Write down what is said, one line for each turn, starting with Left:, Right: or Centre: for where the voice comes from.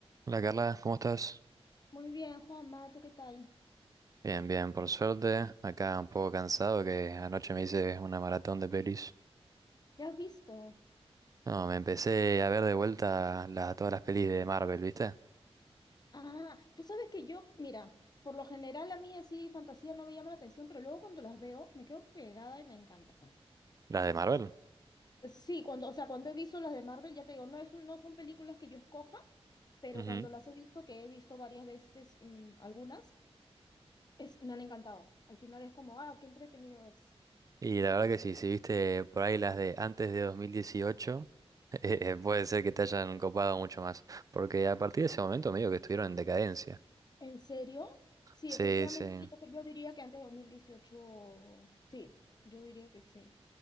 Right: Hola Carla, ¿cómo estás?
Left: Muy bien, Juanma, ¿tú qué tal?
Right: Bien, bien, por suerte. Acá un poco cansado que anoche me hice una maratón de pelis.
Left: ¿Qué has visto?
Right: No, me empecé a ver de vuelta la- todas las pelis de Marvel, ¿viste?
Left: Ah, tú sabes que yo, mira, por lo general a mí así fantasía no me llama la atención, pero luego cuando las veo me quedo pegada y me encantan.
Right: Las de Marvel.
Left: Es- Sí, cuando, o sea, cuando he visto las de Marvel, ya te digo, no es, un- no son películas que yo escoja, pero
Right: Ujú.
Left: cuando las he visto, que he visto varias veces, mm, algunas, es, me han encantado. Al final es como, ah, qué entretenido es.
Right: Y la verdad que sí, si viste por ahí las de antes de 2018, <laughs> eh, puede ser que te hayan copado mucho más. Porque a partir de ese momento medio que estuvieron en decadencia.
Left: ¿En serio? Sí,
Right: Sí,
Left: efectivamente,
Right: sí,
Left: yo, yo diría que antes de 2018 sí, yo diría que sí.